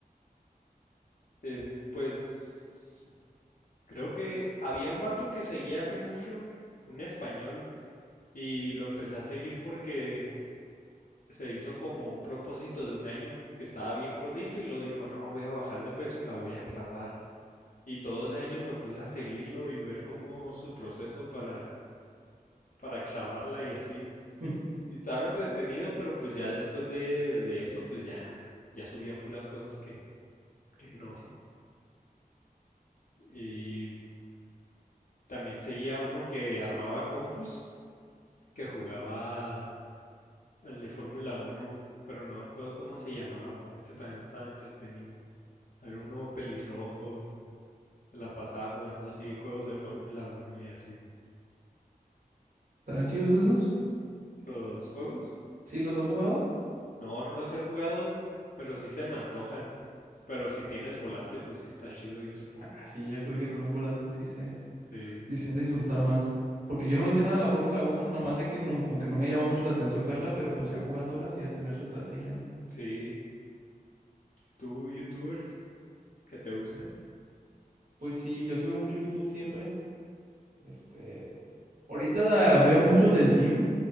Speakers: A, on the left; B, on the right.
A: eh, pues Creo que había un vato que seguía hace mucho, un español, y lo empecé a seguir porque se hizo como un propósito de un año que estaba bien gordito y lo dijo, no, voy a bajar de peso y la voy a clavar. Y todo ese año me puse a seguirlo y ver cómo su proceso para, para clavarla y así.
B: Hmm,
A: Y y estaba entretenido, pero pues ya después de, de eso, pues ya, ya subía puras cosas que, que no. Y también seguía uno que armaba compus, que jugaba al de Fórmula uno pero no me acuerdo cómo se llamaba. Ese también estaba entretenido. Era uno pelirrojo, y se la pasaba jugando así juegos de Fórmula uno y así.
B: ¿Estarán chidos esos?
A: ¿Los juegos?
B: ¿Sí los has jugado?
A: No, no los he jugado, pero sí se me antojan. Pero si tienes volante, pues sí está chido, yo supongo.
B: Ah, sí, yo creo que con un volante sí se,
A: Sí,
B: sí se han de disfrutar más. Porque yo no le sé nada a la Fórmula 1, nomás sé que no- como que no me llama mucho la atención verla, pero pues ya jugándola sí ha de tener su estrategia, ¿no?
A: sí. ¿Tú, youtubers que te gusten?
B: Mm. Pues sí, yo sí veo mucho YouTube siempre. Este, ahorita veo muchos del gym